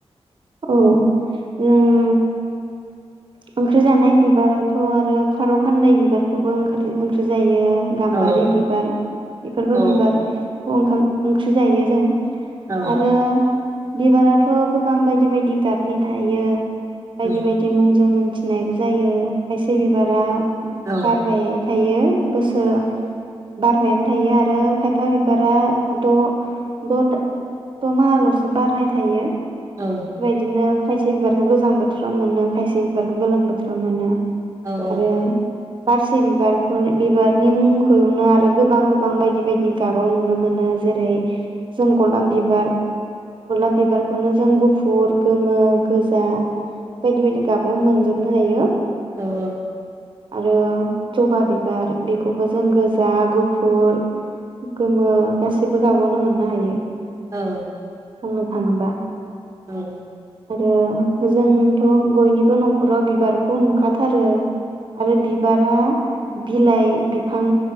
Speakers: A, on the right (about 50°); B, on the right (about 30°).
A: औ ओम ओंख्रि जानाय बिबाराथ' आरो खार' खान्दाय बिबारखौबो ओंख्रि ओंख्रि जायो। गाम्बारि
B: औ
A: बिबार बेफोरबो
B: औ
A: बिबार खौ ओंखाम ओंख्रि जायो जों।
B: औ
A: आरो बिबाराथ' गोबां बायदि बायदि गाबनि थायो। बायदि
B: औ
A: बायदि मुं जों मोनथिनायबो जायो। खायसे बिबारा
B: औ
A: बारबाय थायो। बोसोराव बारबायानो थायो आरो खायफा बिबारा द' द' द' माहाल'सो बारनाय थायो। बेबायदिनो
B: औ
A: खायसे बिबारखौ गोजां बोथोराव मोनो। खायसे बिबारखौ गोलों बोथोराव मोनो।
B: औ औ।
A: आरो बारसे बिबारखौ बिबारनि मुंखौनो आरो गोबां गोबां बायदि बायदि गाबाव नुनो मोनो जेरै जों गलाब बिबार गलाब बिबारखौनो जों गुफ फुर, गोमो, गोजा बायदि बायदि मोनजोबनो हायो।
B: औ औ।
A: आरो ज'बा बिबार बेखौबो जों गोजा, गुफुर, गोमो, गासैबो गाबावनो मोननो हायो।
B: औ।
A: बुंनो थाङोबा।
B: औ।
A: आरो जोंथ' बयनि बो न'खराव बिबारखौ नुखाथारो। आरो बिबारा बिलाइ बिफां